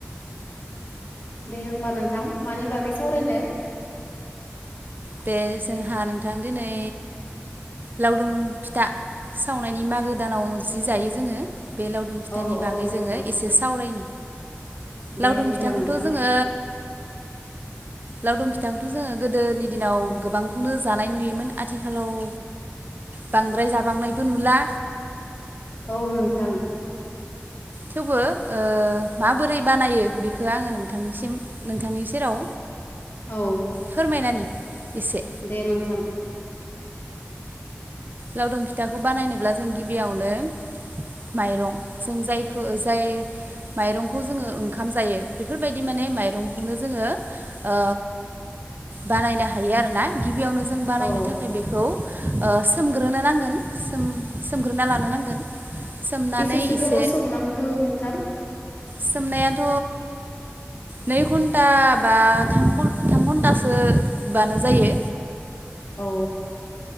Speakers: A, on the left; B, on the right.
A: दे होमबा नोंथां मानि बागै सावरायनो।
B: दे जोंहा नोंथां दिनै लावदुम फिथा सावनायनि मागो दानाव जि जायो जोङो। बे लावदुम फिथानि
A: औ औ
B: बागै
A: नोंथां
B: जोङो एसे सावरायनि।
A: दे
B: लावदुम
A: होमब्ला
B: फिथाखौथ
A: नोंथां
B: जोङो
A: <unintelligible> <inaudible>
B: लावदुम फिथाखौथ जोङो गोदोनि दिनाव गोबांखौनो जानाय नुयोमोन आथिखालाव बांद्राय जाबांनायबो नुला
A: औ नोंथां।
B: थेवबो ओ माबोरै बानायो बेखौ आङो नोंथांनिसिम नोंथांनि सेराव
A: औ
B: फोरमायनानि- एसे
A: दे नोंथां।
B: लावदुम फिथाखौ बानायनोब्ला जों गिबियावनो माइरं जों जायखौ जाय माइरंखौ जोङो ओंखाम जायो बेफोरबायदि माने माइरंखौनो जोङो ओ बानायनो हायो आलोचना। बिगियावनो जों बानायनो
A: औ
B: थाखाय बेखौ ओ सो सोमग्रोनो नांगोन सोम सोमग्रोना लानो नांगोन। सोमनानै
A: बेसेसो
B: एसे
A: गोबाव सम नामगौ नोंथां?
B: सोमनायाथ' नै घन्टा बाम थाम घन्टासोबानो जायो
A: औ